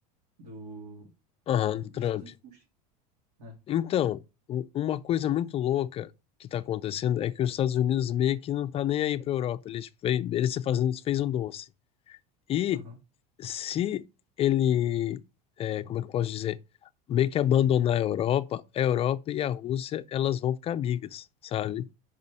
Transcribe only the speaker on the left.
aham, do
Trump.
Então, u- uma coisa muito louca que tá acontecendo é que os Estados Unidos meio que não tá nem aí pra Europa. Ele fez, ele se fazendo, fez um doce. E
se ele, é, como é que eu posso dizer? Meio que abandonar a Europa, a Europa e a Rússia, elas vão ficar amigas, sabe?